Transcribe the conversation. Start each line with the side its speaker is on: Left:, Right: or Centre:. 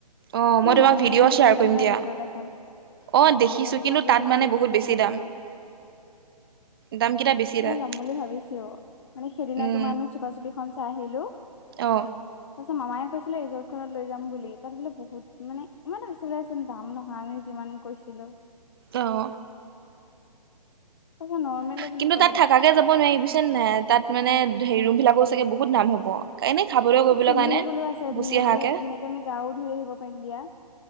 Right: অঁ
Left: তোমাৰ
Right: মই তোমাক
Left: মায়ঙতো
Right: ভিডিঅ'
Left: যে
Right: শ্বেয়াৰ
Left: বহুত
Right: কৰিম
Left: ধুনীয়া
Right: দিয়া।
Left: ৰিজৰ্ট এখন
Right: অঁ
Left: অ
Right: দেখিছো
Left: মায়ঙতো
Right: কিন্তু
Left: তোমাৰ বহুত
Right: তাত
Left: ধুনীয়া
Right: মানে
Left: ৰিজৰ্ট
Right: বহুত বেছি
Left: এখন আছিলে
Right: দাম। দাম- <unintelligible>
Left: এবাৰ
Right: তাত
Left: যাম বুলি ভাবিছো মানে সেইদিনা
Right: উম
Left: তোমাৰ আমি চোপা চুপিখন চায় আহিলো। <unintelligible> তাৰপিছত
Right: অ
Left: মামায়ে কৈছে- বোলে ৰিজৰ্ট খনত লৈ যাম বুলি। তাত বোলে বহুত মানে ইমান আৰু <unintelligible> দাম নহয় আমি যিমান কৈ- ছিলো।
Right: অঁ।
Left: কৈছে নৰ্মেলে বুলি
Right: কিন্তু
Left: ক'লে
Right: তাত থাকাকে যাব নোৱাৰি বুজিছে নে নাই। তাত মানে হেৰি ৰুম বিলাকো চাগে বহুত দাম হ'ব। এনেই খাবলৈ
Left: তাত
Right: কৰিবলৈ
Left: চুইমিং
Right: কাৰণে
Left: পুলো আছে
Right: গুচি
Left: ধুনীয়াকে
Right: অহাকে
Left: ধুনীয়াকে আমি গাও ধুই আহিব পাৰিম দিয়া।